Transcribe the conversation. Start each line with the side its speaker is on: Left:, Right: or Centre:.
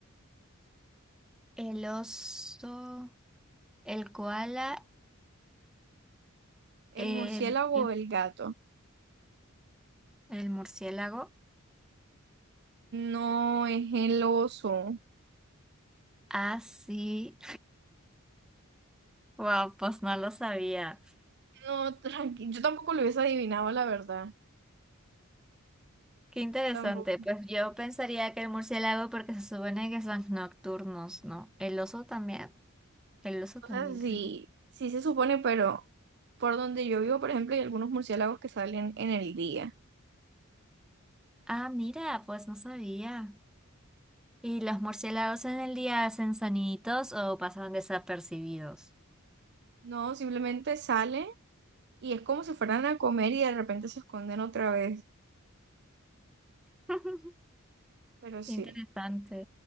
Centre: El oso, el koala,
Right: ¿El
Centre: el,
Right: murciélago
Centre: ¿qué?
Right: o el gato?
Centre: el murciélago.
Right: No, es el oso.
Centre: Ah, sí. Wow, pues no lo sabía.
Right: No, <laughs> tranqui, yo tampoco lo hubiese adivinado, la verdad.
Centre: Qué interesante.
Right: Tampoco.
Centre: Pues yo pensaría que el murciélago porque se supone que son nocturnos, ¿no? El oso también. El oso también
Right: O sea, sí,
Centre: creo.
Right: sí se supone, pero por donde yo vivo, por ejemplo, hay algunos murciélagos que salen en el día.
Centre: Ah, mira, pues no sabía. ¿Y los murciélagos en el día hacen soniditos o pasan desapercibidos?
Right: No, simplemente salen y es como si fueran a comer y de repente se esconden otra vez.
Centre: <laughs>
Right: Pero sí,
Centre: Interesante.